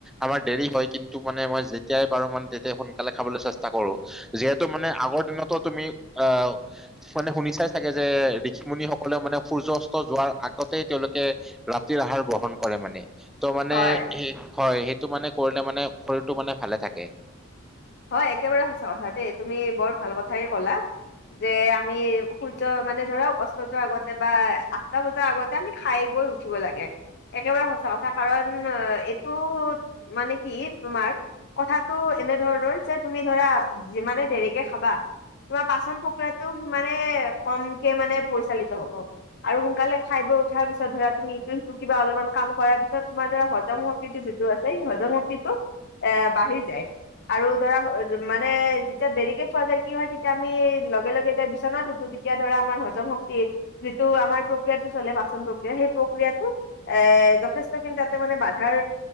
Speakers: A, in the centre; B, on the left.
A: আমাৰ দেৰি হয় কিন্তু মানে মই যেতিয়াই পাৰোঁ মানে তেতিয়াই সোন কালে খাবলৈ চেষ্টা কৰোঁ। যিহেতু মানে আগৰ দিনটো তুমি আহ মানে শুনিছাই চাগে যে ঋষি মুনি সকলেও মানে সূৰ্য্য অস্ত যোৱাৰ আগতেই তেওঁলোকে ৰাতিৰ আহাৰ গ্ৰহন কৰে মানে। ত' মানে
B: হয়
A: সেই হয়, সেইটো মানে কৰিলে মানে শৰীৰটো মানে ভালে থাকে।
B: হয় একেবাৰে সঁচা কথা দেই তুমি বৰ ভাল কথাই ক'লা। যে আমি সূৰ্য্য মানে ধৰা অস্ত যোৱাৰ আগতে বা আঠটা বজাৰ আগতে আমি খাই বৈ উ উঠিব লাগে। একেবাৰে সঁচা কথা কাৰণ এইটো মানে কি তোমাৰ কথাটো এনে ধৰণৰ যে তুমি ধৰা যিমানে দেৰিকে খাবা তোমাৰ পাচন প্ৰক্ৰিয়াটো সিমানে কমকে মানে পৰিচালিত হ'ব। আৰু সোনকালে খাই বৈ উঠাৰ পিছত ধৰা তুমি ইটো সিটো কিবা অলপমান কাম কৰাৰ পিছত তোমাৰ ধৰা হজম শ শক্তিটো যিটো আছে, সেই হজম শক্তিটো এ বাঢ়ি যায়। আৰু ধৰা মানে যেতিয়া দেৰিকে খোৱা যায়, কি হয় তেতিয়া আমি, লগে-লগে যায় বিচনাত ও ঠো তেতিয়া ধৰা আমাৰ হজম শক্তি, যিটো আমাৰ প্ৰক্ৰিয়াতো চলে পাচন প্ৰক্ৰিয়া, সেই প্ৰক্ৰিয়াটো এ যথেষ্টখিনি তাতে মানে বাধাৰ